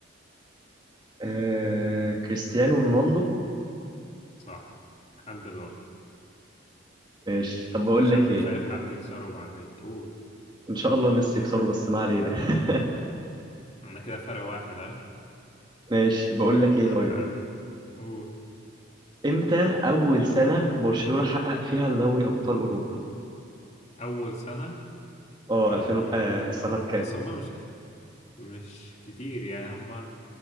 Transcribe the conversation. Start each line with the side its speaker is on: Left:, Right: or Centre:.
Right: آه كريستيانو رونالدو
Left: صح لحد دلوقتي
Right: ماشي طب بقول
Left: عشان
Right: لك ايه
Left: خايف حد يكسره بعدين قول
Right: ان شاء الله ميسي يكسره بس ما علينا <laughs>
Left: أنا كده فرق واحد أه
Right: ماشي بقول لك ايه
Left: أنا
Right: طيب
Left: مش عارف قول
Right: امتى اول سنة برشلونة حقق فيها دوري ابطال اوروبا
Left: أول سنة
Right: اه
Left: يا
Right: 2000
Left: نهار
Right: آه
Left: أبيض
Right: سنة كام
Left: بس هما مش مش كتير يعني هم